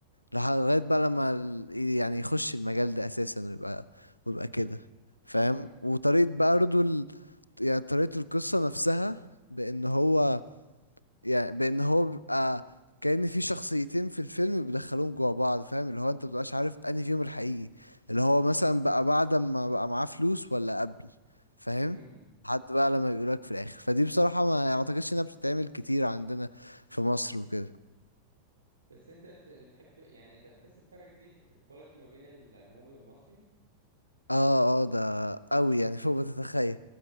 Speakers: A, on the left; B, on the right.
A: لح- لغاية
B: م-
A: بقى لما ال- يعني يخش المجال ده أساسا ويبقى ويبقى كده فاهم
B: م-
A: وطريقة بقى برضه ال... يعني طريقة القصة نفسها بأن هو يعني بأن هو بيبقى كأن في شخصيتين في الفيلم بيدخلوهم جوا بعض فاهم اللي هو انت مبتبقاش عارف انهي فيهم الحقيقي اللي هو مثلا بقى بعد ما بقى معاه فلوس ولا قبل فاهم
B: م.
A: حتى بقى لما يقولك في الآخر فدي بصراحة ما يعني ما اعتقدش انها بتتعمل كتير عندنا في مصر وكده
B: بس انت بت- بتحب يعني انت بتحس بفرق كبير في الكواليتي ما بين الاجنبي والمصري
A: اه اه ده قوي يعني فوق ما تتخيل